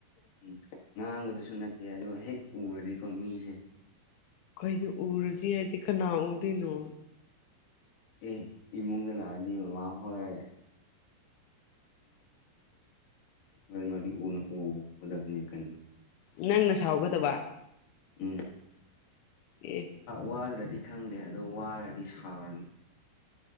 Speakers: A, on the left (about 60°); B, on the left (about 80°).
A: ꯎ ꯉꯥꯡꯕꯗꯁꯨ ꯅꯠꯇꯦ ꯑꯗꯣ ꯍꯦꯛ ꯎꯔꯗꯤꯀꯣ ꯃꯤꯁꯦ
B: ꯀꯅꯣ ꯎꯔꯗꯤ ꯍꯥꯏꯗꯤ ꯀꯅꯥ ꯎꯗꯣꯏꯅꯣ
A: ꯑꯦ ꯏꯃꯨꯡꯗ ꯂꯥꯛꯑꯗꯤ ꯃꯃꯥ ꯍꯣꯏ ꯌꯥꯝꯃꯣ ꯍꯗꯤꯣ ꯃꯥꯗꯤꯗꯅꯦ ꯀ
B: ꯅꯪꯅ ꯁꯥꯎꯒꯗꯕ
A: ꯎꯝ
B: ꯑꯦ
A: ꯋꯥꯗ꯭ꯔꯗꯤ ꯈꯪꯗꯦ ꯑꯗꯣ ꯋꯥꯔꯗꯤ ꯁꯥꯎꯔꯅꯤ